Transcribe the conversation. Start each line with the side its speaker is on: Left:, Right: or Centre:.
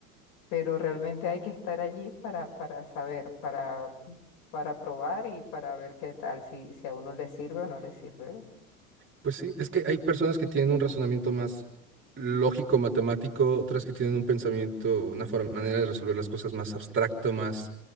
Left: pero realmente hay que estar allí para, para saber, para, para probar y para ver qué tal, si, si a uno le sirve o no le sirve. ¿ve?
Right: Pues sí, es que hay personas que tienen un razonamiento más lógico, matemático, otras que tienen un pensamiento, una forma, manera de resolver las cosas más abstracto, más